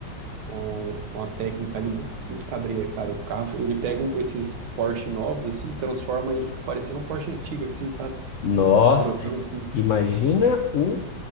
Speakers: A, on the right; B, on the left.
A: uma, uma técnica ali muito, muito cabreira, cara. O carro, ele pega um- esses Porsche novos, assim, transforma ele fica parecendo um Porsche antigo, assim, sabe?
B: Nossa,
A: Retrosão, assim.
B: imagina o